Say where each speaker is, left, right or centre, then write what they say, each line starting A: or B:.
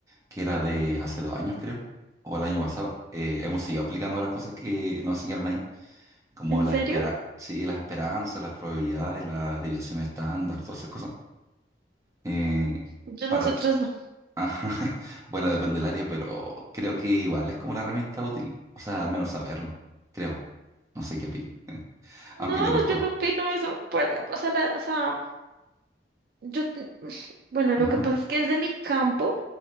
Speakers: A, on the right; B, on the right.
A: que era de hace dos años, creo, o el año pasado, eh, hemos seguido aplicando las cosas que nos enseñaron ahí, como
B: ¿en
A: la
B: serio?
A: espera, sí, las esperanzas, las probabilidades, la desviación estándar, todas esas cosas. Eh,
B: Yo
A: para,
B: nosotros no.
A: <laughs> ajá, bueno, depende del área, pero creo que igual es como una herramienta útil, o sea, al menos saberlo, creo. No sé qué opinas, aunque
B: No,
A: te costó.
B: yo no opino eso. Para- o sea, la- o sea, yo, t- bueno,
A: Ajá.
B: lo que pasa es que desde mi campo